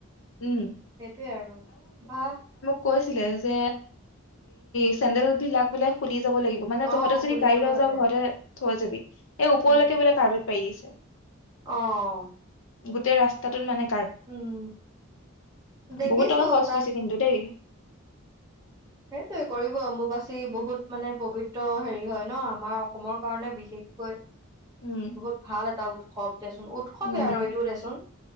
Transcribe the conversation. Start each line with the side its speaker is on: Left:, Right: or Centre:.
Left: উম
Right: সেইটোৱে আৰু ভা
Left: ক ছিলে যে সে চেডেল বিলাক বোলে খুলি। যাব লাগিব মানে তহতে
Right: অ
Left: যদি
Right: খুলি
Left: গাড়ী
Right: যাব
Left: লৈ
Right: লাগে
Left: যাওঁ ঘৰতে থৈ যাবি এই ওপৰলৈকে
Right: উম
Left: বোলে কাৰ্বেট পাৰি দিছে।
Right: অ'
Left: গোটেই ৰাস্তাটোত মানে
Right: উম দেখিছো
Left: বহুত টকা খৰচ
Right: তাত
Left: কৰিছে কিন্তু দেই
Right: সেইটোোৱে কৰিব অম্বুবাচী বহুত মানে পবিত্ৰ হেৰি হয় ন আমাৰ অসমৰ কাৰণে বিশেষকৈ
Left: উম
Right: বহুত ভাল এটা উৎসৱ দেচোন উৎসৱেই
Left: উম
Right: আৰু এইটো দেচোন